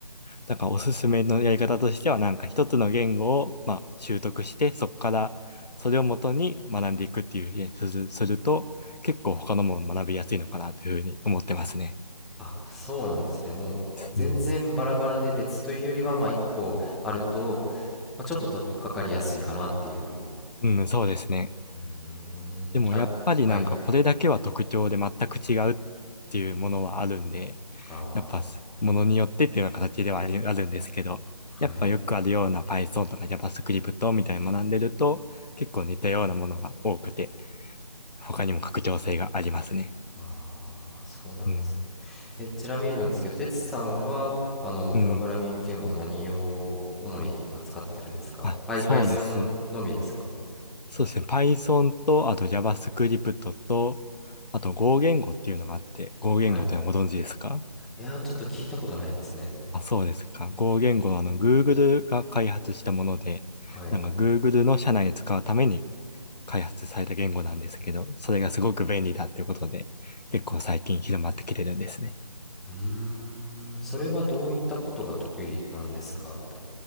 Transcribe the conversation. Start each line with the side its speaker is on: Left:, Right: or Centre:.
Left: だからおすすめのやり方としては、なんか一つの言語を、まあ、習得して、そこからそれをもとに学んでいくっていうふうにするすると、結構他のもの学びやすいのかなというふうに思ってますね。
Centre: あそうなんですねもう全然バラバラで別というよりはまあ一個あると
Left: うん、
Centre: まあ、ちょっととっかかりやすいかなっていう。
Left: うん、そうですね。
Centre: うーん、
Left: でもやっぱりなんかこれだけは特徴で全く違うっ
Centre: はい、はい、
Left: ていうものはあるんで、
Centre: あ
Left: やっぱものによってっていうような形ではありあるんですけど、
Centre: ーはい、
Left: やっぱよくあるような Python とか JavaScript みたいに学んでると結構似たようなものが多くて、他にも拡張性がありますね。
Centre: あーそうなんですね。
Left: うん。
Centre: え、ちなみになんですけど、哲さんは、あの、
Left: うん。
Centre: プログラミング言語は何を主に扱ってるんですかパイ、
Left: あ、そうです。
Centre: Python のみですか
Left: そうですね。Python と、あと JavaScript と、あと Go 言語っていうのがあって、Go
Centre: はい。
Left: 言語ってのはご存知ですか
Centre: いやー、ちょっと聞いたことないですね。
Left: あ、そうですか。Go 言語はあの Google が開発したもので、
Centre: はい。
Left: なんか Google の社内で使うために開発された言語なんですけど、それがすごく便利だっていうことで、結構最近広まってきてるんですね。
Centre: うーん、それはどういったことが得意なんですかと